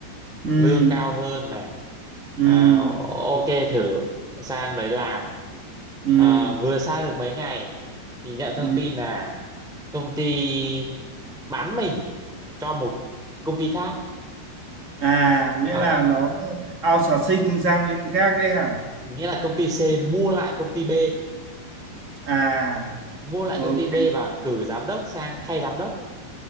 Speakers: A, on the right (about 60°); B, in the centre.
A: ừ,
B: lương cao hơn này
A: ừ,
B: à, ok thử sang đấy làm
A: ừ,
B: à, vừa sang được mấy ngày thì nhận thông
A: ừ.
B: tin là công ty bán mình cho một công ty khác
A: À, nghĩa
B: à,
A: là nó outsourcing sang bên khác đấy hả?
B: nghĩa là công ty C mua lại công ty B
A: À,
B: mua lại
A: ok.
B: công ty B và cử giám đốc sang thay giám đốc